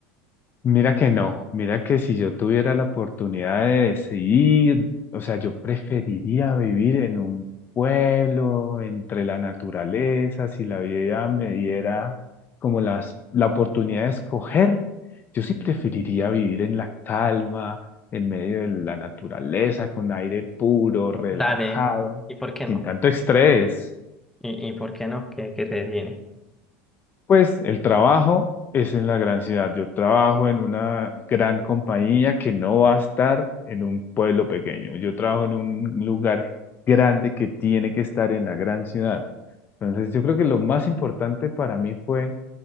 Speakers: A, on the left; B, in the centre.
A: Mira que no, mira que si yo tuviera la oportunidad de decidir, o sea, yo preferiría vivir en un pueblo, entre la naturaleza, si la vida me diera como las, la oportunidad de escoger, yo sí preferiría vivir en la calma, en medio de la naturaleza, con aire puro, relajado,
B: Dale, ¿y por qué
A: sin
B: no?
A: tanto estrés.
B: ¿Y, y por qué no? ¿Qué, qué te tiene?
A: Pues el trabajo es en la gran ciudad. Yo trabajo en una gran compañía que no va a estar en un pueblo pequeño. Yo trabajo en un lugar grande que tiene que estar en la gran ciudad. Entonces, yo creo que lo más importante para mí fue